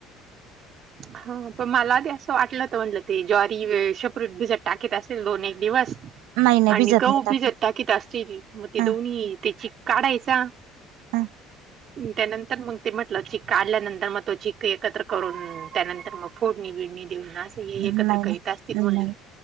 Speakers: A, on the right (about 45°); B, on the right (about 85°).
A: हा पण मला ते असं वाटलं तर म्हटलं ते ज्वारी वे शेपरेट भिजत टाकीत असेल दोन एक दिवस
B: नाही नाही भिजत
A: आणि गहूं
B: नाही टाकत
A: भिजत टा कित असतील मग ते
B: हा
A: दोन्ही त्याची काढायचा
B: हा
A: त्यानंतर मंग ते म्हटलं चिक आल्यानंतर मग तो चिक्क एकत्र करून त्यानंतर मग फोडणी बिडणी देऊन असं हे
B: नाही
A: एकत्र करीत
B: नाही
A: असतील म्हटलं.
B: नाही